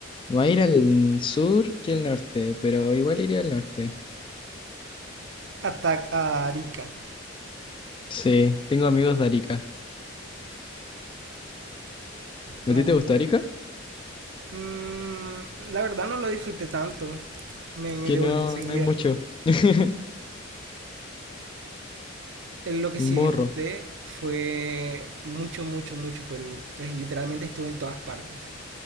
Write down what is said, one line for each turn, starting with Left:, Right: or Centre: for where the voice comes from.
Left: más ir al sur que al norte, pero igual iría al norte.
Right: Atac a Arica.
Left: Sí, tengo amigos de Arica. ¿A
Right: Ah,
Left: ti te gusta Arica?
Right: Mm, la verdad no lo disfruté tanto. Me
Left: que
Right: devolví
Left: no,
Right: enseguida.
Left: no hay mucho. <laughs>
Right: Eh, Lo que
Left: El
Right: sí
Left: morro.
Right: disfruté fue mucho, mucho, mucho Perú. Eh, Literalmente estuve en todas partes.